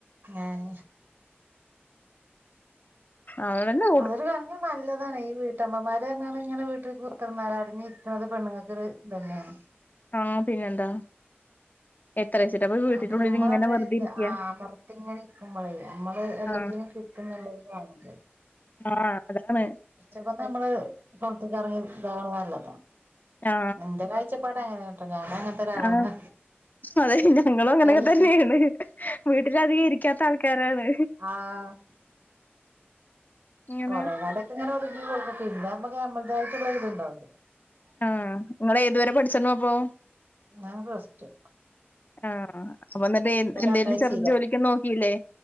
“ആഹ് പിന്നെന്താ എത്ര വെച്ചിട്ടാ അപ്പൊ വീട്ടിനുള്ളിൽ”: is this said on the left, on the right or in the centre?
Left